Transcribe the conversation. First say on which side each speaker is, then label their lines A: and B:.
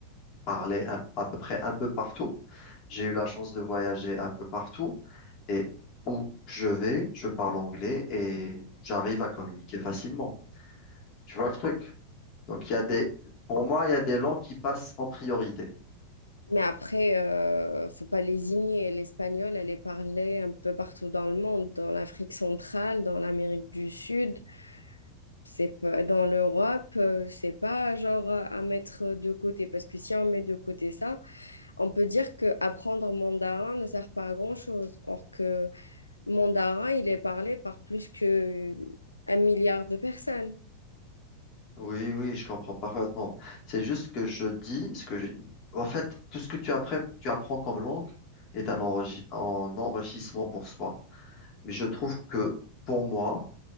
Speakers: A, on the left; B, on the left.
A: parlée à à peu près un peu partout. J'ai eu la chance de voyager un peu partout et où je vais, je parle anglais et j'arrive à communiquer facilement. Tu vois le truc? Donc, il y a des, pour moi, il y a des langues qui passent en priorité.
B: Mais après, euh, faut pas lésigner. L'espagnol, elle est parlée un peu partout dans le monde, dans l'Afrique centrale, dans l'Amérique du Sud, c'est pas, dans l'Europe, euh, c'est pas genre à mettre de côté parce que si on met de côté ça, on peut dire que apprendre mandarin ne sert pas à grand-chose. Or que Mandara, il est parlé par plus que un milliard de personnes.
A: Oui, oui, je comprends parfaitement. C'est juste que je dis ce que j'ai. En fait, tout ce que tu apprends, tu apprends comme langue est un, enregi- un enrichissement pour soi. Mais je trouve que pour moi,